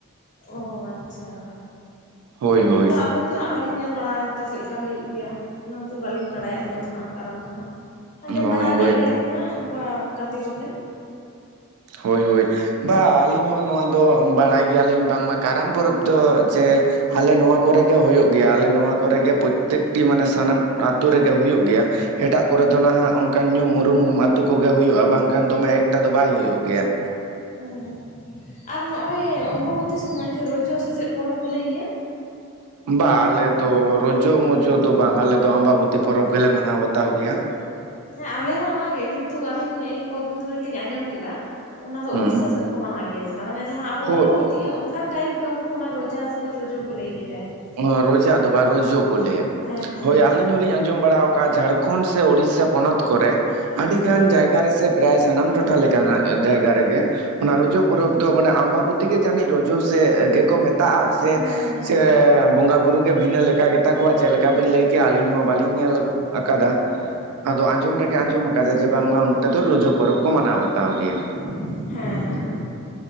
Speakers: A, on the left; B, on the right.
A: ᱚᱻ ᱟᱪᱪᱷᱟ,
B: ᱦᱳᱭ ᱦᱳᱭ
A: ᱟᱫᱚ ᱟᱹᱞᱤᱧ ᱫᱚ ᱦᱟᱜ ᱵᱟᱹᱞᱤᱧ ᱧᱮᱞ ᱵᱟᱲᱟ ᱠᱟᱫᱟ ᱪᱮᱫ ᱞᱮᱠᱟ ᱦᱩᱭᱩᱜ ᱜᱮᱭᱟ, ᱚᱱᱟᱛᱮ ᱵᱟᱹᱞᱤᱧ ᱵᱟᱲᱟᱭᱟ ᱩᱱᱟᱹᱜ ᱫᱚ ᱦᱟᱸᱜ ᱠᱟᱨᱟᱢ ᱫᱚ ᱦᱟᱸᱜ ᱾ ᱟᱸᱡᱚᱢ
B: ᱦᱳᱭ
A: ᱵᱟᱲᱟ ᱟᱠᱟᱜ
B: ᱦᱳᱭ
A: ᱜᱮᱭᱟᱞᱤᱧ ᱦᱟᱸᱜ ᱚᱝᱠᱟ ᱜᱟᱛᱮ ᱠᱚᱴᱷᱮᱱ ᱾
B: ᱦᱳᱭ ᱦᱳᱭ ᱾ ᱵᱟ ᱟᱹᱞᱤᱧ ᱦᱚᱸ ᱱᱚᱣᱟ ᱫᱚ ᱵᱟᱲᱟᱭ ᱜᱮᱭᱟᱞᱤᱧ ᱵᱟᱝᱢᱟ ᱠᱟᱨᱟᱢ ᱯᱚᱨᱚᱵᱽ ᱫᱚ ᱡᱮ ᱟᱞᱮ ᱱᱚᱣᱟ ᱠᱚᱨᱮᱜᱮ ᱦᱩᱭᱩᱜ ᱜᱮᱭᱟ, ᱟᱞᱮ ᱱᱚᱣᱟ ᱠᱚᱨᱮᱜᱮ ᱯᱨᱚᱛᱮᱠᱴᱤ ᱢᱟᱱᱮ ᱥᱟᱱᱟᱢ ᱟᱹᱛᱩ ᱨᱮᱜᱮ ᱦᱩᱭᱩᱜ ᱜᱮᱭᱟ ᱾ ᱮᱴᱟᱜ ᱠᱚᱨᱮ
A: ᱦᱩᱸ
B: ᱫᱚ ᱱᱟᱦᱟᱜ
A: ᱦᱩᱸ
B: ᱚᱱᱠᱟᱱ ᱧᱩᱢ ᱩᱨᱩᱢ ᱟᱹᱛᱩ ᱠᱚᱜᱮ ᱦᱩᱭᱩᱜᱼᱟ, ᱵᱟᱝᱠᱷᱟᱱ ᱫᱚᱢᱮ ᱮᱠᱴᱟ ᱫᱚ ᱵᱟᱭ ᱦᱩᱭᱩᱜ ᱜᱮᱭᱟ ᱾
A: ᱚᱸ ᱟᱨ ᱱᱚᱜᱼᱚᱭ ᱚᱢᱵᱚᱵᱚᱛᱤ ᱥᱚᱢᱚᱭ ᱡᱮ ᱨᱚᱡᱚ ᱥᱮ ᱪᱮᱫ ᱯᱚᱨᱚᱵᱽ ᱠᱚ ᱞᱟᱹᱭ ᱜᱮᱭᱟ?
B: ᱵᱟ ᱟᱞᱮ ᱫᱚ ᱨᱚᱡᱚ ᱢᱚᱡᱚ ᱫᱚ ᱵᱟᱝ ᱟᱞᱮ ᱫᱚ ᱟᱢᱵᱟᱵᱚᱛᱤ ᱯᱚᱨᱚᱵᱽ ᱜᱮᱞᱮ ᱢᱟᱱᱟᱣ ᱵᱟᱛᱟᱣ ᱜᱮᱭᱟ ᱾
A: ᱦᱮᱸ ᱟᱞᱮ ᱦᱚᱸ ᱚᱱᱟᱜᱮ, ᱠᱤᱱᱛᱩ ᱟᱹᱞᱤᱧ ᱤ ᱠᱚᱫᱽᱫᱤᱱ ᱫᱷᱚᱨᱤ ᱟᱹᱞᱤᱧ ᱟᱸᱡᱚᱢ ᱠᱮᱫᱟ ᱚᱱᱟ ᱫᱚ
B: ᱦᱩᱸ
A: ᱩᱲᱤᱥᱟ ᱥᱮᱫ ᱠᱚ ᱢᱟᱱᱟᱣ ᱜᱮᱭᱟ ᱪᱮᱫᱟᱜ ᱢᱟᱱᱮ ᱡᱟᱦᱟᱸ ᱟᱵᱚ
B: ᱦᱳᱭ
A: ᱚᱢᱵᱚᱵᱚᱛᱤ ᱚᱸ ᱠᱟᱱ ᱴᱟᱭᱤᱯ ᱜᱮ ᱩᱝᱠᱩ ᱚᱱᱟ ᱨᱚᱡᱟ ᱥᱮ ᱨᱚᱡᱚ ᱠᱚ ᱞᱟᱹᱭ ᱜᱮᱭᱟ ᱡᱟᱭᱦᱳᱠ ᱾
B: ᱚᱸ ᱨᱚᱡᱟ ᱫᱚ ᱵᱟ ᱨᱚᱡᱚ ᱠᱚ ᱞᱟᱹᱭᱟ,
A: ᱦᱮᱸ ᱦᱮᱸ
B: ᱦᱳᱭ
A: ᱨᱚᱡᱚ
B: ᱟᱹᱞᱤᱧ ᱦᱚᱞᱤᱧ ᱟᱸᱡᱚᱢ ᱵᱟᱲᱟ ᱟᱠᱟᱫ ᱡᱷᱟᱲ ᱠᱷᱚᱸᱰ ᱥᱮ ᱚᱲᱤᱥᱟ ᱯᱚᱱᱚᱛ ᱠᱚᱨᱮ
A: ᱦᱮᱸ
B: ᱟᱹᱰᱤ
A: ᱦᱮᱸ
B: ᱜᱟᱱ ᱡᱟᱭᱜᱟ ᱨᱮᱥᱮ ᱯᱨᱟᱭ ᱥᱟᱱᱟᱢ ᱴᱚᱴᱷᱟ ᱞᱮᱠᱟᱱᱟᱜ ᱡᱟᱭᱜᱟ ᱨᱮᱜᱮ ᱚᱱᱟ ᱨᱚᱡᱚ ᱯᱚᱨᱚᱵᱽ ᱫᱚ ᱢᱟᱱᱮ ᱟᱢᱵᱟᱵᱚᱛᱤ ᱜᱮ ᱡᱟᱹᱱᱤᱡ ᱨᱚᱡᱚ ᱥᱮ ᱮ ᱜᱮᱠᱚ ᱢᱮᱛᱟᱜᱼᱟ ᱥᱮ?
A: ᱦᱮᱸ ᱢᱚᱱᱚ
B: ᱥᱮ ᱵᱚᱸᱜᱟ ᱵᱩᱨᱩ ᱜᱮ ᱵᱷᱤᱱᱟᱹ ᱞᱮᱠᱟ ᱜᱮᱛᱟ ᱠᱚᱣᱟ ᱪᱮᱫ ᱞᱮᱠᱟ ᱵᱤᱱ ᱞᱟᱹᱭ ᱠᱮᱜᱼᱟ ᱟᱹᱞᱤᱧ ᱦᱚᱸ ᱵᱟᱹᱞᱤᱧ ᱧᱮᱞ ᱟᱠᱟᱫᱟ ᱾ ᱟᱫᱚ ᱟᱸᱡᱚᱢ ᱨᱮᱜᱮ ᱟᱸᱡᱚᱢ ᱟᱠᱟᱫᱟ ᱡᱮ ᱵᱟᱝᱢᱟ ᱚᱱᱛᱮ ᱫᱚ ᱨᱚᱡᱚ ᱯᱚᱨᱚᱵᱽ ᱠᱚ ᱢᱟᱱᱟᱣ ᱵᱟᱛᱟᱣ ᱜᱮᱭᱟ ᱾
A: ᱦᱮᱸ ᱾